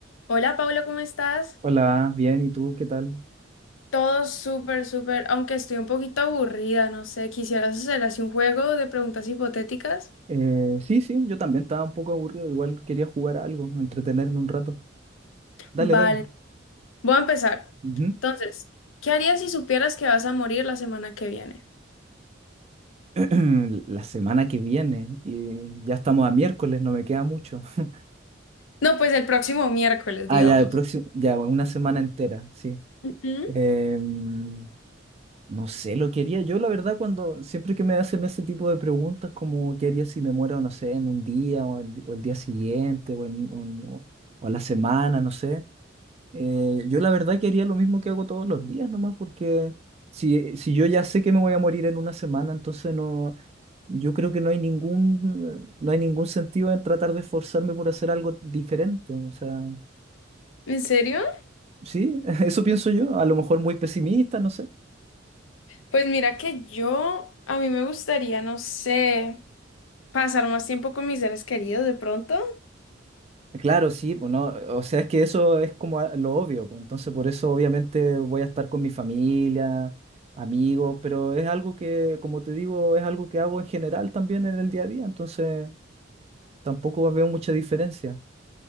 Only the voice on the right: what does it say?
Hola, bien, ¿y tú qué tal?
Eh, sí, sí, yo también estaba un poco aburrido, igual quería jugar a algo, entretenerme un rato. Dale,
dale.
Ujú.
<clears throat> La semana que viene, y ya estamos a miércoles, no me queda mucho. <laughs>
Ah,
ya, el próximo, ya, una semana entera, sí.
Em, no sé, lo quería yo, la verdad, cuando siempre que me hacen ese tipo de preguntas, como qué haría si me muero, no sé, en un día o el, o el día siguiente o, en, o en- o a la semana, no sé. Eh, yo la verdad que haría lo mismo que hago todos los días nomás, porque si, eh, si yo ya sé que me voy a morir en una semana, entonces no, yo creo que no hay ningún, no hay ningún sentido en tratar de esforzarme por hacer algo diferente. O sea,
sí, <laughs> eso pienso yo, a lo mejor muy pesimista, no sé.
Claro, sí, pues no, o sea, es que eso es como a- lo obvio, pues, entonces por eso obviamente voy a estar con mi familia, amigos, pero es algo que, como te digo, es algo que hago en general también en el día a día, entonces... tampoco veo mucha diferencia.